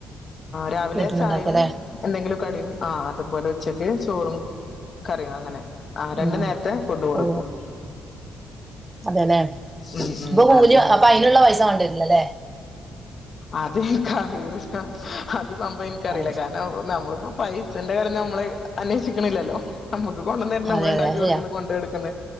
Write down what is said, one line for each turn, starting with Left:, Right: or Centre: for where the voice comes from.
Left: രാവിലെ
Right: വീട്ടിന്നുണ്ടാക്കല്ലേ
Left: ചായും എന്തെങ്കിലും കടിയും ആഹ് അതുപോലെ ഉച്ചക്ക് ചോറും കറിയ അങ്ങനെ ആഹ് രണ്ട്
Right: ഉം ഉം
Left: നേരത്തെ ഫുഡ് കൊടുക്കും.
Right: ഓ അതെല്ലേ
Left: ഉം ഉം
Right: പ്പൊ പൂലി
Left: അതെ
Right: അപ്പ അയിന്ള്ള പൈസ മാണ്ട്യര്ലല്ലേ?
Left: അത്ൻക്കറിയൂല അത് സംഭവം ഇൻക്കറീല
Right: ഏ,
Left: കാരണം നമ്മളിപ്പം പൈസന്റെ കാര്യം നമ്മള് അന്വേഷിക്കണില്ലല്ലോ. നമ്മക്ക് കൊണ്ടന്നര്ണ് നമ്മള്
Right: അതെ
Left: ണ്ടാക്കി
Right: അതെ അത്
Left: കൊടുക്ക്ന്ന്
Right: ശരിയാ
Left: കൊണ്ടയി ട്ക്ക്ന്ന്.